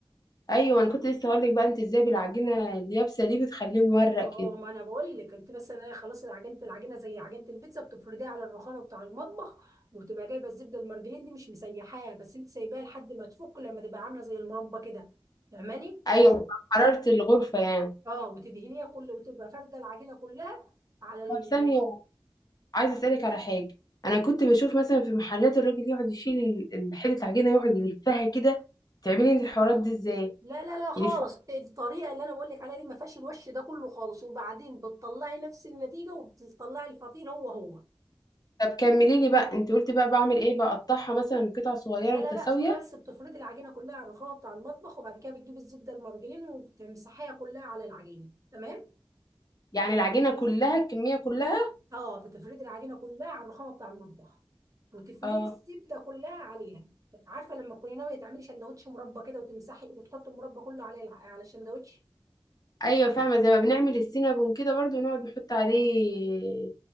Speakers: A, on the left (about 45°); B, on the right (about 35°).
A: ايوه انا كنت لسه هقول لك بقى انت ازاي بالعجينة اليابسة دي بتخليه مورق
B: اه
A: كده
B: ما انا بقول لك انت بس انا خلاص العجينه العجينه زي عجينه البيتزا بتفرديها على الرخامه بتاع المطبخ وبتبقى جايبه الزبده المرجلين دي مش مسيحاها بس انت سايباها لحد ما تفك لما تبقى عامله زي المربى كده فاهماني
A: ايوه حرارة الغرفة يعني
B: اه وتدهنيها كل وتبقى فارده العجينه كلها على ال...
A: طب ثانية عايزة اسألك على حاجة انا كنت بشوف مثلا في محلات الراجل يقعد يشيل ال- حتة العجينة يقعد يلفها كده تعملي انت الحوارات دي ازاي
B: لا لا لا خالص
A: يلفها
B: الطريقه اللي انا بقول لك عليها دي ما فيهاش الوش ده كله خالص وبعدين بتطلعي نفس النتيجه وبتطلعي الفطير هو هو
A: طب كملي لي بقى انت قلتي بقى بعمل ايه بقطعها مثلا قطع صغيرة
B: لا لا
A: متساوية
B: لا اصبري بس بتفردي العجينه كلها على الرخامه بتاع المطبخ وبعد كده بتجيبي الزبده المرجلين وتمسحيها كلها على العجينه تمام
A: يعني العجينة كلها الكمية كلها
B: اه بتفردي العجينه كلها على الرخامه بتاع المطبخ وتفردي
A: اه
B: الزبده كلها عليها عارفه لما تكوني ناويه تعملي شندوتش مربى كده وتمسحي وتحطي المربى كله على الع- على الشندوتش
A: ايوه فاهمة زي ما بنعمل السينابون كده برضو نقعد نحط عليه